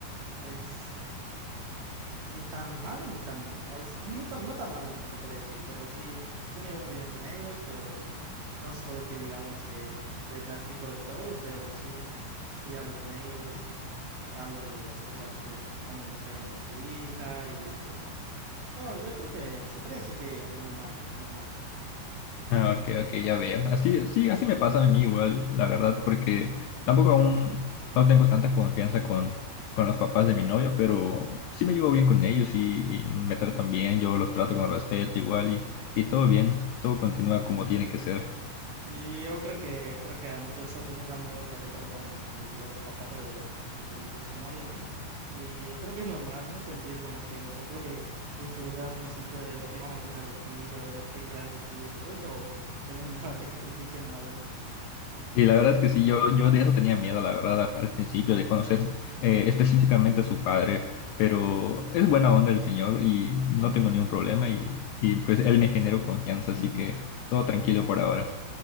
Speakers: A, on the right (about 60°); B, on the left (about 75°).
A: es ni tan malo ni tan, o s- ni tan, no tan malo, te podría decir, pero sí, sí me llevo muy bien con ellos, pero no soy que digamos que le platico de todo, pero sí, sí hablo con ellos, hablo de las cosas de cómo me está yendo con su hija y pues... Todo, yo creo que se puede decir que normal, normal.
B: Ah, ok, ok, ya veo. Así, sí, así me pasa a mí igual, la verdad, porque tampoco aún no tengo tanta confianza con, con los papás de mi novia, pero sí me llevo bien con ellos y, y me tratan bien, yo los trato con respeto igual y, y todo bien, todo continúa como tiene que ser.
A: Y yo creo que creo que a muchos hombres les da miedo platicar con los papás de, de, tu- de sus novias, ¿no? Y creo que es normal, ¿no? Sentir como que un poco de, de inseguridad al principio de lo que van a opinar de ti o lo que dirán de ti después o tener miedo a que te critiquen o algo.
B: Sí, la verdad es que sí, yo, yo de eso tenía miedo, la verdad, al al principio, de conocer eh, específicamente a su padre, pero es buena onda el señor y no tengo ningún problema y, y, pues él me generó confianza, así que todo tranquilo por ahora.